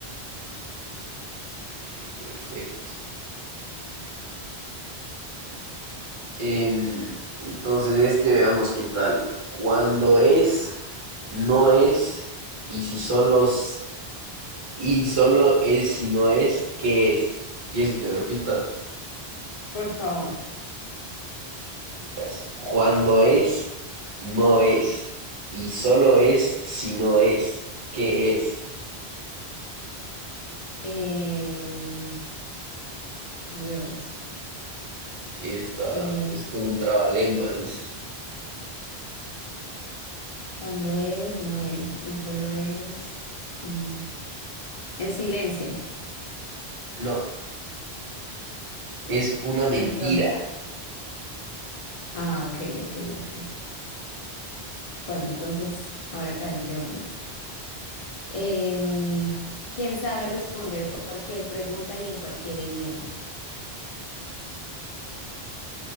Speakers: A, on the right; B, on the left.
A: Sí, perfecto. Em, entonces, este veamos qué tal. Cuando es, no es, y si solo, s- y solo es si no es, ¿qué es? ¿Quieres que te repita?
B: por favor.
A: Es Cuando es, no es, y solo es si no es, ¿qué es?
B: Em, Dios.
A: Y Está,
B: Eh,
A: es como un trabalenguas. es-
B: cuando es, no es. Y solo es, si no es. El silencio.
A: no, es una mentira.
B: Entonces, ah, ok, ok, ok. Bueno, entonces, ahora te hago yo una. Em, ¿quién sabe responder cualquier pregunta y en cualquier idioma?